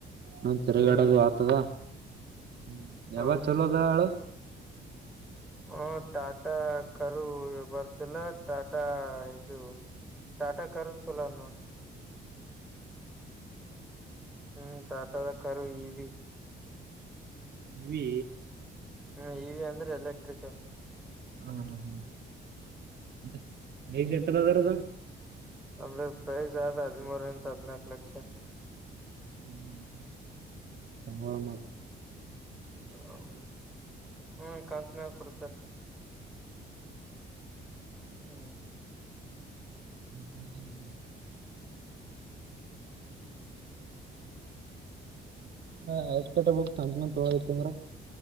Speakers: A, on the right (about 55°); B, in the centre.
A: ನಾ ತೆರಗಾಡದು
B: ಹ್ಮ್
A: ಆತದ ಹ್ಮ
B: ಹೌದು
A: ಎಾವ ಚಲೋ ದಯಳೋ
B: ಹ್ಮ ಟಾಟಾ ಕಾರರು ಬರ್ತಿಲ್ಲ ಟಾಟಾ ಇದು ಟಾಟಾ ಕರು ಚಲೋನು ಹ್ಮ್ ಟಾಟಾದ ಕಾರರು ಈವಿ
A: ಇವಿ
B: ಹ್ಮ್ ಇವಿ ಅಂದ್ರೆ ಎಲೆಕ್ಟ್ರಕ್
A: ಹ್ಮ ಹ್ಮ ಅ ನೀ ಶಟ್ಟದಾದರದು
B: ಅಂದ್ರ ಪ್ರೈಸ್ ಆದ ಹದಿಮೂರರಿಂತ ಹದಿನಕು ಲಕ್ಷ
A: ಹ್ಮ್ ಸವಾಮವ
B: ಹ್ಮ ಹ್ಮ್ ಕಾಂತನ ಕೊಡ್ತಾರ ಹ್ಮ್
A: ಚ ಕ ಎಟ್ ಕಟ್ಟ ಹೋಗ ನ ಮ ತೊಳತಿ ಅಂದ್ರ